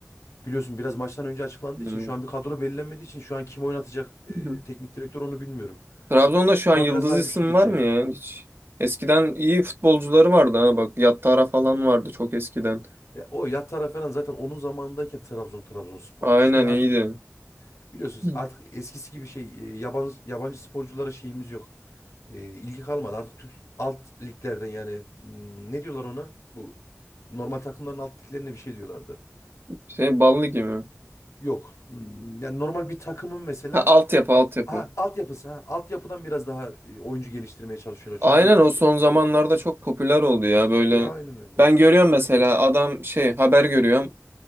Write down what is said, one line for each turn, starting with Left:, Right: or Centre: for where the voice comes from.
Left: Biliyorsun biraz maçtan önce açıklandığı
Right: Hmm.
Left: için şu an bir kadro belirlenmediği için şu an kim oynatacak e,
Right: <laughs>
Left: teknik direktör onu bilmiyorum.
Right: Trabzon'da şu
Left: Ama
Right: an yıldız
Left: biraz daha
Right: isim
Left: güçlü geçecek.
Right: var mı ya hiç? Eskiden iyi futbolcuları vardı ha bak. Yattara falan vardı çok eskiden.
Left: Ya, o Yatara falan zaten onun zamanındayken Trabzon Trabzonspor'du.
Right: Aynen
Left: Şimdi
Right: iyiydi.
Left: artık biliyorsunuz
Right: Hı.
Left: artık eskisi gibi şey e, yabancı, yabancı sporculara şeyimiz yok. E, ilgi kalmadı. Artık Türk alt liglerden yani hmm, ne diyorlar ona? Bu normal takımların alt liglerine bir şey diyorlardı.
Right: Şey Ballı gibi.
Left: Yok. Hmm, Yani normal bir takımın mesela
Right: Ha, altyapı altyapı.
Left: Ha, altyapısı ha. Altyapıdan biraz daha e, oyuncu geliştirmeye çalışıyorlar.
Right: Aynen
Left: Çünkü
Right: o son zamanlarda çok popüler oldu ya böyle.
Left: Aynen öyle.
Right: Ben görüyorum mesela adam şey haber görüyorum.